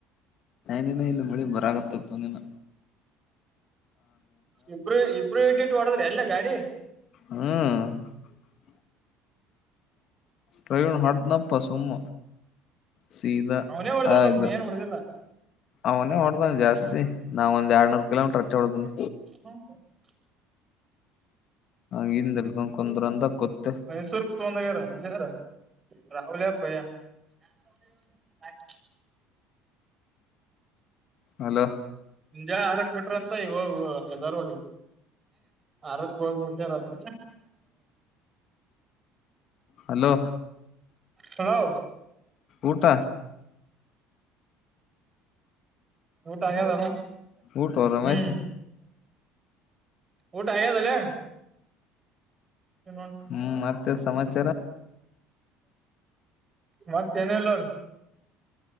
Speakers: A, on the left; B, on the right.
A: ನೀಿನ ಇಲ್ಲಿ ಬಳಿ ಬರಗತ್ತತ್ತು ನೀಿನ
B: ಇಬ್ರು ಇಬರು ಟೇಟ್ ಒಡದ್ರಿ ಅಲ್ಲ ಗಾಡಿ
A: ಹೂ ಪ್ರವೀಣ್ ಹೊಡ್ದನಪ್ಪ ಸುಮ್ಮ ಸೀದಾ
B: ಅವನೇ ಹೊಡದಿರ್ಬಕ್
A: ಆ ಅದು
B: ನೀ ಏನ್ ಹೊಡದಿಲ್ಲ
A: ಅವನೇ ಹೂಡ್ದಾನ ಜಾಸ್ತಿ ನಾವ ಒಂದ ಎರಡ್ನೂರು ಕಿಲೋಮೀಟರ್ ಹಟ್ಟೆ ಹೊಡ್ದನಿ.
B: <inaudible>
A: ಹಿಂದ ಹಿಡ್ಕೊಂಡ್ ಕುಂದ್ರ ಅಂದ ಕೂತ್ತೆ
B: ಮೈಸೂರು. <unintelligible>
A: ಹಲೋ
B: ಮುಜಾಲೆ ಆರಕ್ಕ ಬಿಟ್ರ ಅಂತ್ ಹ್ ಅ ದರೋಡಿ. ಆರಕ್ಕ ಹೋಗಿ ಮುಟ್ಟೈರ್ ಅಂತ್.
A: ಹಲೋ.
B: ಹಲೋ.
A: ಊಟ.
B: ಊಟ ಆಗ್ಯದಲಾ
A: ಊಟ ರಮೇಶ್
B: ಹ್ಮ್. ಊಟ ಆಗ್ಯದಲಾ. <unintelligible>
A: ಹ್ಮ್ ಮತ್ತೆ ಸಮಾಚಾರ
B: ಮತ್ತ ಏನ್ ಇಲ್ ನೋಡ್.